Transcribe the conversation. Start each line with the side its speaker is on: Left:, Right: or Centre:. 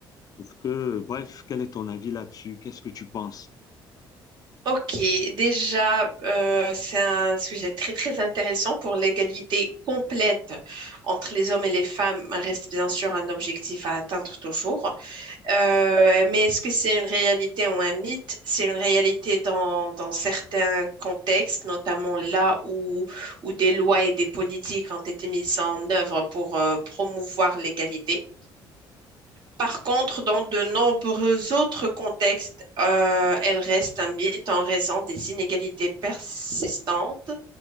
Left: Est-ce que, bref, quel est ton avis là-dessus? Qu'est-ce que tu penses?
Right: Ok, déjà, euh, c'est un sujet très très intéressant pour l'égalité complète entre les hommes et les femmes reste bien sûr un objectif à atteindre toujours. Euh, mais est-ce que c'est une réalité ou un mythe? C'est une réalité dans, dans certains contextes, notamment là où, où des lois et des politiques ont été mises en œuvre pour euh, promouvoir l'égalité. Par contre, dans de nombreux autres contextes, euh, elle reste un mythe en raison des inégalités persistantes